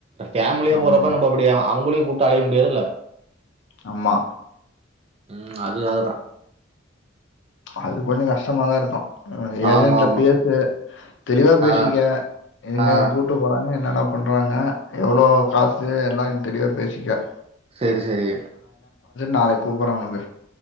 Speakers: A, on the right; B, on the left.
A: ஃபேமுலிய
B: ஆமா
A: போறப்ப நம்ப அப்புடி அவுங்குளியு கூட்டு அலைய முடியாதுல்ல
B: அம்மா
A: ம் அது அததா
B: அது கொஞ்சொ கஷ்டமாதா இருக்கு ஏஜென்ட்ல
A: ஆமா ஆமா
B: பேசு தெளிவா பேசிக்க
A: ஆ
B: என்னெங்க
A: ஆ
B: கூட்டு போறங் என்னன பண்றாங்க எவ்ளோ காசு எல்லா இன் தெரியா பேசிக்க
A: சேரி சேரி
B: நாளக் கூப்பற்ற உனக்கு